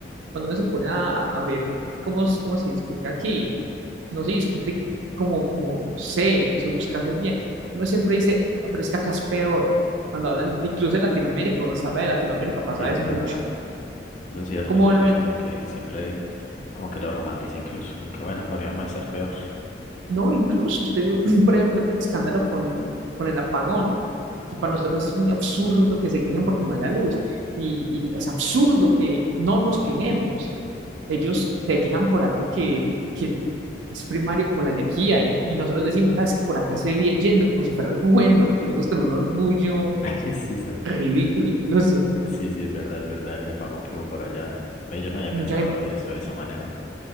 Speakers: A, on the right; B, on the left.
A: Cuando uno se pone a, a ver cómo, es- cómo se discute aquí, no se discute como, como, no sé, se busca hacer bien. Uno siempre dice, "Ah, pero es que acá es peor. Cuando hablan de- incluso de Latinoamérica, cuando se habla de Latinoamérica, pasa
B: Sí, es
A: eso
B: verdad.
A: mucho.
B: Eso es cierto,
A: Como
B: sí, uno
A: lo
B: sí como que siempre como que lo romantiza incluso, como que bueno, podríamos estar peor.
A: No, incluso usted vio, <clears throat> por ejemplo, todo el escándalo con, con el apagón, que para nosotros es muy absurdo que se quejen porque no haya luz, y, y es absurdo que no nos quejemos. Ellos se quejan por algo que, que es primario como la energía, y, y nosotros decimos, sabes que por acá se viene yendo como si fuera algo bueno, lo decimos con un orgullo
B: <laughs> Sí, sí,
A: ridículo incluso.
B: Sí, sí, es verdad, es verdad, ese apagón que hubo por allá. Ve, Yo no había
A: Y
B: pensado
A: mucha gente,
B: eso de esa manera,